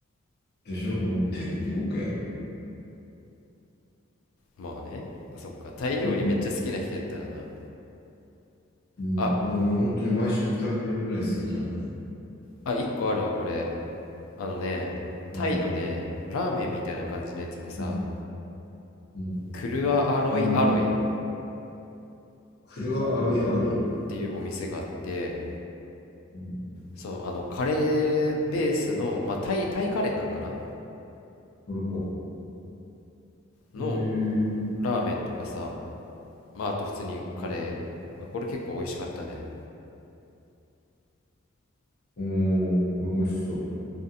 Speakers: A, on the left (about 55°); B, on the left (about 80°).
A: でしょもう天国やん。
B: うんまあねそっかタイ料理めっちゃ好きな人やったらな
A: いい、うん。
B: あ
A: いや俺本当に毎食食べてるぐらい好きなの。
B: あ1個あるわこれあのねタイのねラーメンみたいな感じのやつでさ
A: うん、うん、うん。
B: クルアアロイアロイっ
A: 豆苗、クルアアロイアロイ。
B: ていうお店があって
A: うん、
B: そうあのカレーベースの、まあ、タイ、タイカレーなんかな
A: トルコ。
B: の
A: へえ。う
B: ラーメンとかさ、まあ、あと普通にカレーまあこれ結構美味しかったね
A: ん、おー、美味しそう。